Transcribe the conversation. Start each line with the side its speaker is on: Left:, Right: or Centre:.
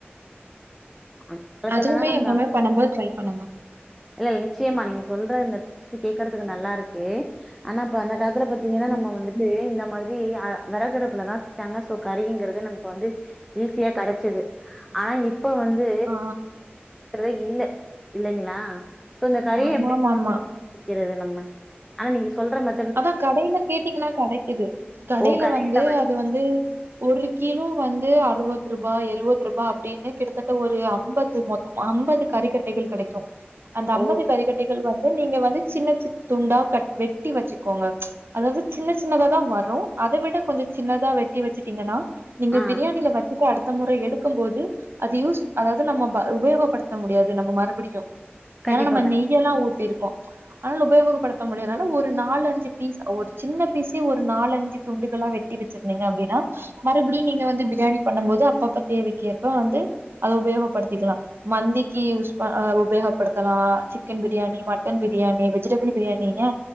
Centre: அந்த காலத்துலலா
Right: அதுவுமே
Centre: நமக்கு
Right: எப்பவுமே பண்ணும்போது ட்ரை பண்ணுங்க
Centre: இல்ல நிச்சயமா நீங்க சொல்ற இந்த டிப்ஸ் கேக்குறதுக்கு நல்லா இருக்கு ஆனா இப்ப அந்த காலத்துல பாத்தீங்கன்னா
Right: ம்
Centre: நம்ம வந்துட்டு இந்த மா ரி விறகு அடுப்புலதா செஞ்சாங்க சோ கரிங்கறது நமக்கு வந்து ஈஸியா கெடைச்சிது ஆனா இப்ப வந்து
Right: ஆ
Centre: ரதே இல்ல இல்லைங்களா சோ இந்த கரிய
Right: ஆமாமாமா
Centre: எப்டி ஏற்படுத்திக்கிறது நம்ம ஆனா நீங்க சொல்ற மா
Right: அதா கடையில கேட்டீங்கன்னா கடைக்கிது கடையில
Centre: ஓ
Right: வந்து
Centre: வாங்
Right: அது வந்து ஒரு கிலோ வந்து அறுபது ரூபா எழுவது ரூபா அப்டின்னு கிட்டத்தட்ட ஒரு ஐம்பது மு ஐம்பது கரிக்கட்டைகள் கிடைக்கு அந்த ஐம்பது
Centre: ஓ
Right: கரிக்கட்டைகள் வந்து நீங்க வந்து சின்ன சின்ன துண்டா கட் வெட்டி வச்சு கோங்க அதாவது சின்ன சின்னதா வரு அதை விட கொஞ்ச சின்னதா வெட்டி வச்சுட்டீங்கன்னா நீங்க
Centre: ஆ
Right: பிரியாணியில வச்சுட்டு அடுத்த முறை எடுக்கு போது அது யூஸ் அதாவது நம்ம உபயோகப்படுத்த முடியாது நம்ம மறுபடியு
Centre: கண்டிப்பா
Right: ஏன்னா நம்ம
Centre: கண்
Right: நெய் யிலெல்லா ஊத்தி இருக்கோ அதனால உபயோகப்படுத்த முடியால ஒரு நாலு அஞ்சு பீஸ் ஒரு சின்ன பீஸே ஒரு நாலஞ்சு துண்டுகளல்லா வெட்டி வச்சிருந்தீங்க அப்டின்னா மறுபடியும் நீங்க வந்து பிரியாணி பண்ணும் போது அப்பப்ப தேவைக்கேற்ப வந்து அத உபயோகப்படுத்திக்கலா மந்திக்கு யூஸ் ப உபயோகப்படுத்தலா chicken biryani mutton biryani vegetable biryani ஏ